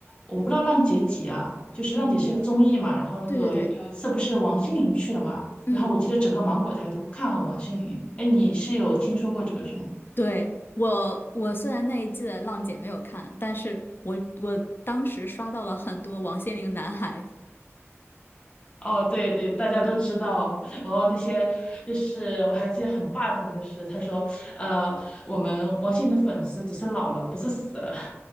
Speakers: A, on the left; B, on the left.
A: 我不知道《浪姐》几啊，就是《浪姐》是一个综艺嘛，
B: 嗯，
A: 然后那个有有一次不是王心凌去了嘛，
B: 对对对，嗯，
A: 然后我记得整个芒果台都不看好王心凌，哎，你是有听说过这个是吗？
B: 对，我，我虽然那一季的《浪姐》没有看，但是我我当时刷到了很多王心凌男孩，
A: 哦，对对，大家都知道。然后那些就是我还记得很霸总，就是他说，呃，我们王心凌的粉丝只是老了，不是死了。